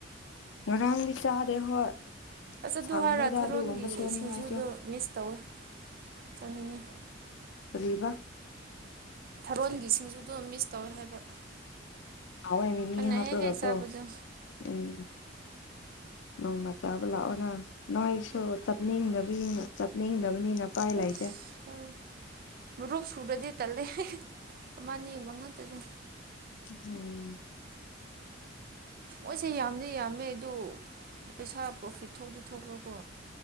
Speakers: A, on the left (about 75°); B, on the right (about 50°).
A: ꯉꯔꯥꯡ ꯂꯤ ꯆꯥꯦ ꯍꯣꯏ
B: ꯑꯁ ꯑꯗꯨ
A: ꯁꯪꯗꯦꯗ
B: ꯍꯥꯏꯔ ꯊꯥꯔꯣꯟꯒꯤ
A: ꯑꯗꯨꯒꯨꯝꯕ ꯁꯦꯝꯅꯤꯡꯉꯥꯏꯁꯨ
B: ꯁꯤꯡꯖꯨꯗꯣ ꯃꯤꯁ ꯇꯧꯋꯦ ꯆꯠꯅꯤꯡꯉꯤ
A: ꯄꯔꯤꯕ
B: ꯊꯥꯔꯣꯟꯒꯤ ꯁꯤꯡꯖꯨ ꯑꯗꯨꯝ ꯃꯤꯁ ꯇꯧꯋꯦ ꯍꯥꯏꯕ
A: ꯑꯑꯣꯦ ꯃꯤ ꯃꯤ
B: ꯑꯩꯈꯣꯏꯅ
A: ꯍꯥꯞꯄ꯭ꯔꯒꯀꯣ
B: ꯍꯦꯛ ꯍꯦꯛ ꯆꯥꯕꯗꯣ
A: ꯎꯝ
B: <unintelligible>
A: ꯅꯣꯡꯃꯆꯥꯕꯨ ꯂꯥꯛꯑꯣꯅ ꯅꯣꯏꯁꯨ ꯆꯠꯅꯤꯡꯗꯕ ꯆꯠꯅꯤꯡꯗꯕꯅꯤꯅ ꯎꯄꯥꯏ ꯂꯩꯇꯦ
B: ꯑ ꯔ ꯁꯨꯔꯗꯤ ꯇꯜꯂꯦ ꯑꯃꯅꯤ ꯑꯅꯤ ꯑꯃ ꯉꯥꯛꯇꯗꯤ
A: ꯎꯝ
B: ꯃꯣꯏꯁꯦ ꯌꯥꯝꯅꯤ ꯌꯥꯝꯃꯦ ꯑꯗꯨ ꯄꯩꯁꯥ ꯄ꯭ꯔꯣꯐꯤꯠ ꯊꯣꯛꯧꯗꯤ ꯊꯣꯛꯈ꯭ꯔꯣꯀꯣ